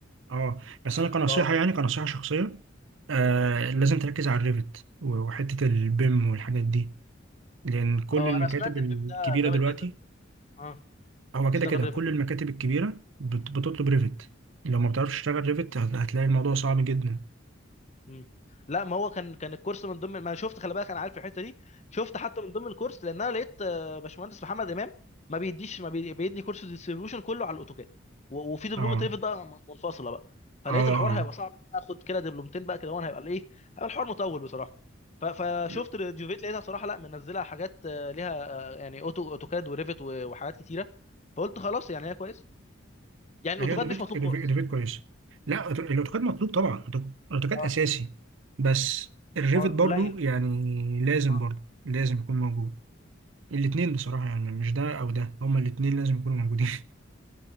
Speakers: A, on the right; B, on the left.
A: آه. بس
B: اه
A: انا كنصيحه
B: آه،
A: يعني كنصيحه شخصيه آه لازم تركز على الريفت وحته البيم والحاجات دي لان كل
B: اه
A: المكاتب
B: انا سمعت
A: الكبيره
B: البيم ده جامد
A: دلوقتي
B: جدا بصراحه اه
A: هو كده
B: اشتغل
A: كده
B: ريفت
A: كل
B: وكده
A: المكاتب الكبيره بت- بتطلب ريفت لو ما بتعرفش تشتغل ريفت هت- هتلاقي الموضوع صعب جدا
B: مم. لا ما هو كان كان الكورس من ضمن ما انا شفت خلي بالك انا عارف الحته دي شفت حتى من ضمن الكورس لان انا لقيت آه، باشمهندس محمد امام ما بيديش ما بي... بيدي كورس ديستريبيوشن كله على الاوتوكاد و... وفي دبلومه
A: اه
B: ريفت بقى م- منفصله بقى فلقيت
A: اه
B: الحوار هيبقى صعب ان انا اخد كده دبلومتين بقى كده وانا هيبقى ايه هيبقى الحوار مطول بصراحه ف... فشفت
A: اه
B: الجوفيت لقيتها صراحه لا منزلها حاجات آه، ليها آه، يعني اوتو اوتوكاد وريفت و... وحاجات كتيره فقلت خلاص يعني هي كويس يعني الاوتوكاد
A: هي اوتوكاد
B: مش مطلوب
A: اوتوكاد
B: خالص
A: كويس لا أوتو- الاوتوكاد مطلوب طبعا أوتو- اوتوكاد
B: اه
A: اساسي بس الريفت
B: ما هو
A: برضو
B: قليل بقى
A: يعني لازم
B: اه
A: برضو لازم يكون موجود الاثنين بصراحة يعني مش ده او ده هما الاثنين لازم يكونوا موجودين <laughs>